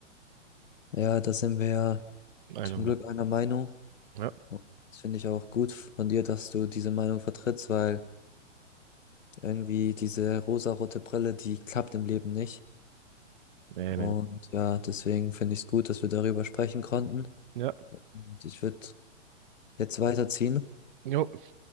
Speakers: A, on the left; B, on the right.
A: Ja, da sind wir ja
B: Einer
A: zum
B: Meinung.
A: Glück einer Meinung.
B: Ja,
A: Das finde ich auch gut von dir, dass du diese Meinung vertrittst, weil Irgendwie diese rosarote Brille, die klappt im Leben nicht.
B: nee,
A: Und
B: nee, nee.
A: ja, deswegen finde ich es gut, dass wir darüber sprechen konnten.
B: Ja,
A: Und ich würde jetzt weiterziehen.
B: jo,